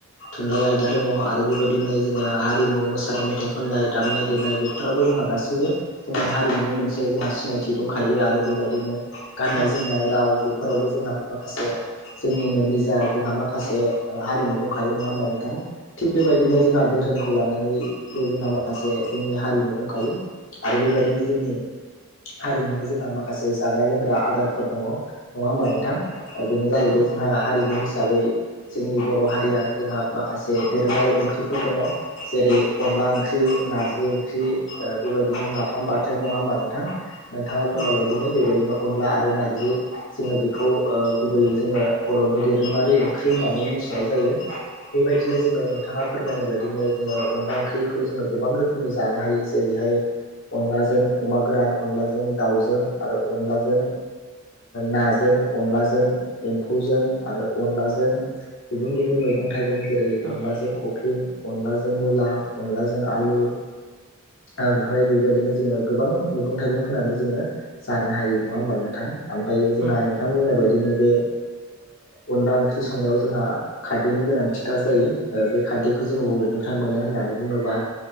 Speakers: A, on the left (about 60°); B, on the right (about 55°).
A: थुनलाइ आयदा दङ आरो बेबायदिनो जोंहा हारिमु मोसानाय मेथाइ खननाय दामनाय देनाय बेफोरावबो जों हा गासिबो जोंनि हारिमुनि मोनसे जोंहा सिनायथि दंखायो आरो बेबायदिनो गाननाय
B: औ
A: जोमनाय राव फोरावबो जोंहा माखासे जोंनिनो निजा जोंहा माखासे हारिमु दंखायो नङा होमबा नों थां थिग बेबायदिनो जोंहा धोरोमखौ लानानै बे जोंहा माखा खासे जोंनि हारिमु दंखायो आरो बेबायदिनो जोंनि हारिमुनि जोंहा माखासे जाग्रा लोंग्रा आदारफोर दङ नङा होमबा नोंथां बेनो जाहैबाय
B: औ नोंथां
A: जोंहा हारिमु हिसाबै जोंनि बर' हारिया जोंहा माखासे दोरोङारि ओंख्रिफोर दङ जेरै अनला ओंख्रि, नारजि ओंख्रि बेबायदिनो नाफाम बाथोन नङा होमबा नोंथां। नोंथाङा बुंनाय
B: औ
A: बायदिनो बेबायदिनो अनला आरो नारजि जोङो बेखौ गुबैयै जोङो बर'नि दोरोङारि ओंख्रि होननानै मिथिनाय जायो। बेबायदिनो जोङो नोंथाङा फोरमायनाय बायदिनो जोङो अनला ओंख्रिखौ जोङो गोबां रोखोमनि जानो हायो जेरै हाय अनला जों अमा गोरान अलाजों दाउजों आरो अनलाजों नाजों अलनलाजों जों एम्फौजों आरो अनलाजों गुबुन गुबुन मैगं थाइगं जेरै
B: औ
A: अनलाजों <unintelligible> अनलाजों मुला अनलाजों आलु बेवहाय बेबायदिनो जोङो गोबां मैगं थाइगं होनानै जोङो जानो हायो नङा होमबानो नोंथां। ओमफ्रायो जोंहा
B: उम
A: नोंथां बुंनाय बायदिनो बे अनला ओंख्रि संनायाव जोंहा खारै खारदैनि गोनांथिथार जायो बे खारदैखौ जोङो बबेनिफ्राय मोनो होननानै बुङोब्ला